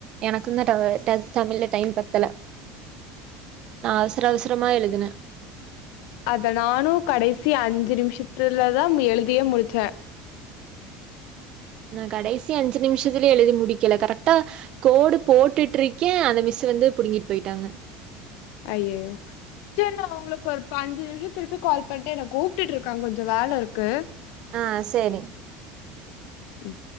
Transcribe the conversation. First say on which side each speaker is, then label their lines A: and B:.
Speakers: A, on the right (about 45°); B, on the left (about 75°).
A: எனக்குந்தா டா ட தமிழ்ல்ல டைம் பத்தல நா அவசர அவசரமா எழுதுன
B: அத நானு கடைசி அஞ்சு நிமிஷத்துலதா எழுதியே முடிச்சே
A: நா கடைசி அஞ்சு நிமிஷத்துல எழுதி முடிக்கல கரெக்டா கோடு போட்டுட்ருக்கே அந்த மிஸ்சு வந்து புடிங்கிட் போயிட்டாங்க
B: ஐயய்யயோ சேரி நா உங்களுக்கு ஒரு ப்ப அஞ்சு நிமிஷ திருப்பி கால் பண்ட்டு என்ன கூப்புட்ருக்காங்க கொஞ்ச வேல இருக்கு
A: ஆ சேரி
B: ம்